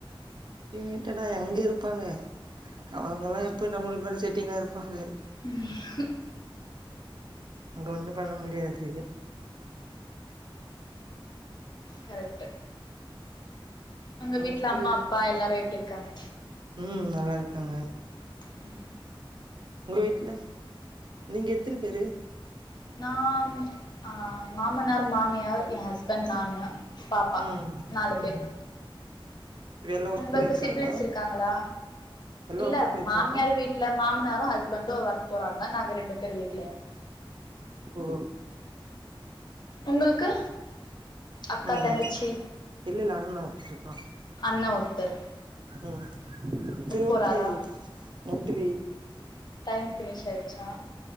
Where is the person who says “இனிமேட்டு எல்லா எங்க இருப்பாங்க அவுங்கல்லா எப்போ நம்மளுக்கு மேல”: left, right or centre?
Right